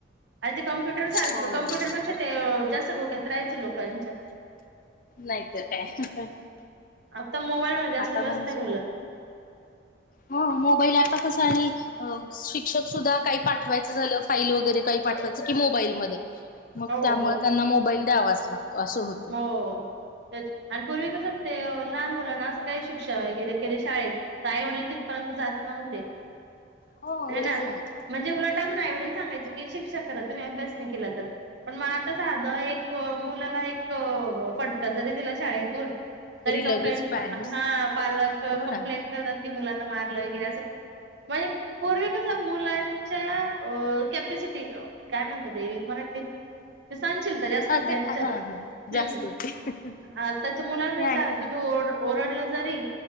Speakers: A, on the right (about 65°); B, on the left (about 45°).
A: आणि ते कम्प्युटर सारखं,
B: हो हो
A: कम्प्युटरपेक्षा
B: हो तर
A: ते जास्त डोक्यात राहायचं लोकांच्या
B: नाहीतर काय?
A: आता मोबाईल मध्ये जास्त
B: आता
A: व्यस्त
B: म्हणजे
A: आहे मुलं <inaudible>
B: हो मोबाईल आता कस आणि अ शिक्षक सुद्धा काही पाठवायचं झालं, फाईल वगैरे काही पाठवायचं की, मोबाईलमध्ये मग
A: हो
B: त्यामुळे त्यांना मोबाईल द्यावाच लागतो आसं होत.
A: मग. तेचं आणि पूर्वी कसं अस ते, लहान मुलांना असं काही शिक्षा वगैरे केली शाळेेत तर आई- वडील तिथपर्यंत, जात नव्हते.
B: हो
A: हाय ना,
B: तेच
A: म्हणजे उलट आजून आईवडील सांगायचे की, शिक्षा करा तुम्ही अभ्यास नाही केला तर पण मग आता, साध एक मुलाला एक अ फटका जरी दिला शाळेतून तरी कंप्लेंट,
B: लगेच पॅरेंट्स
A: हा पालक
B: हो
A: कंप्लेंट
B: ना
A: करतात कि, मुलांना मारलं वगैरे असं. म्हणजे पूर्वी कस मुलांच्या कॅपसिटी काय म्हणतात ते वी मराठीत? ते सहनशीलता जास्त
B: हा ते
A: त्यांच्यात
B: हा हा
A: हम्म
B: जास्त होते
A: आताच्या मुलाला म्ह
B: आणि
A: सांग तुम्ही ओ ओरडलं जरी